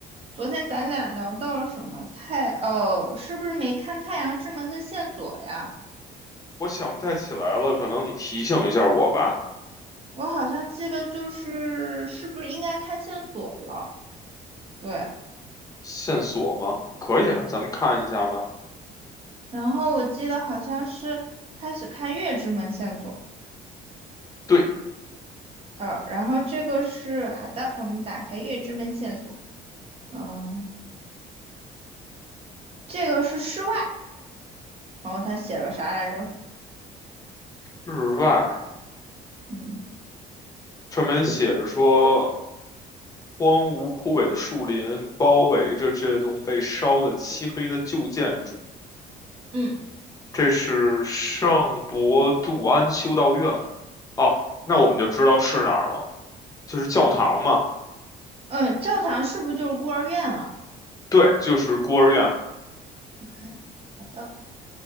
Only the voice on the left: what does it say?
我想不太起来了，可能你提醒一下我吧。
线索吗？可以啊，咱们看一下吧。
对，
日外
上面写着说，荒芜枯萎的树林包围着这栋被烧得漆黑的旧建筑，
这是圣伯杜安修道院。哦，那我们就知道是哪儿了，就是教堂嘛。
对，就是孤儿院。